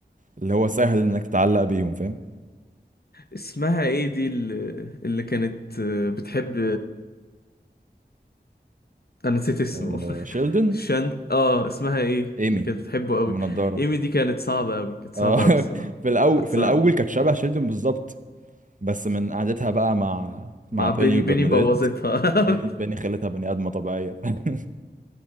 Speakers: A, on the right; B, on the left.
A: اللي هو سهل انك تعلق بيهم فاهم
B: اسمها ايه دي اللي, اللي كانت آه، بتحب انا نسيت اسمه
A: آه،
B: <laughs>
A: شيلدن
B: شان اه اسمها ايه
A: ايمي
B: اللي كانت بتحبه قوي
A: ام نضاره
B: ايمي دي كانت صعبة قوي كانت صعبة
A: اه <laughs>
B: قوي الصراحة
A: في الاول
B: كانت
A: في
B: صعبة
A: الاول كانت شبه شيلدن بالظبط بس من قعدتها بقى مع
B: مع
A: مع بيني
B: بيني
A: وبرناديت
B: بيني بوظتها <laughs>
A: بيني بيني خلتها بني ادمه طبيعيه <laughs>